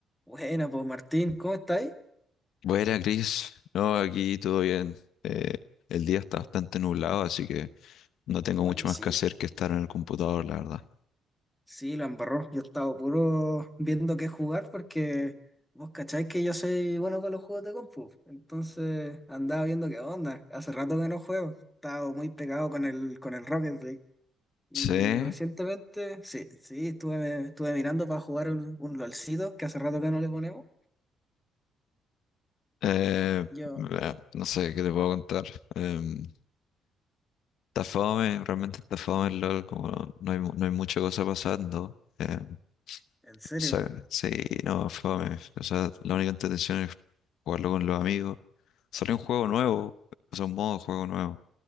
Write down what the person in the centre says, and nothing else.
Buena, pues Martín, ¿cómo estáis?
Oye,
sí,
sí, la embarró. Yo he estado puro viendo qué jugar porque vos cacháis que yo soy bueno con los juegos de compu. Entonces andaba viendo qué onda. Hace rato que no juego. He estado muy pegado con el, con el Rocket League. Y
recientemente, sí, sí, estuve, estuve mirando para jugar un, un LOLcito que hace rato que no le ponemos.
Yo,
en serio,